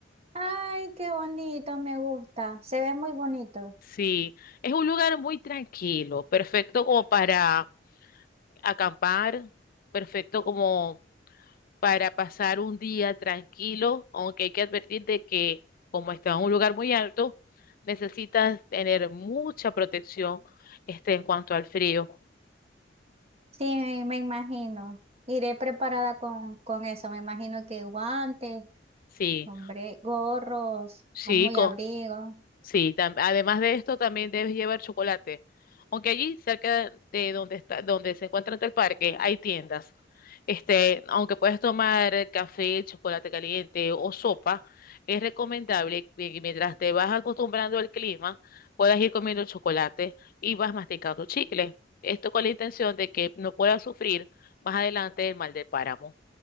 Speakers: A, on the right; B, on the left.
A: Ay, qué bonito, me gusta. Se ve muy bonito.
B: Sí, es un lugar muy tranquilo, perfecto como para acampar, perfecto como para pasar un día tranquilo, aunque hay que advertir de que como está en un lugar muy alto, necesitas tener mucha protección este, en cuanto al frío.
A: Sí, me imagino. Iré preparada con, con eso. Me imagino que guantes,
B: Sí,
A: hombre, gorros,
B: sí,
A: muy
B: co-
A: abrigo.
B: Sí, tam- además de esto también debes llevar chocolate. Aunque allí cerca de donde está, donde se encuentra el parque, hay tiendas. Este, aunque puedes tomar café, chocolate caliente o sopa, es recomendable que mientras te vas acostumbrando al clima, puedas ir comiendo chocolate y vas masticando chicle. Esto con la intención de que no puedas sufrir más adelante el mal del páramo.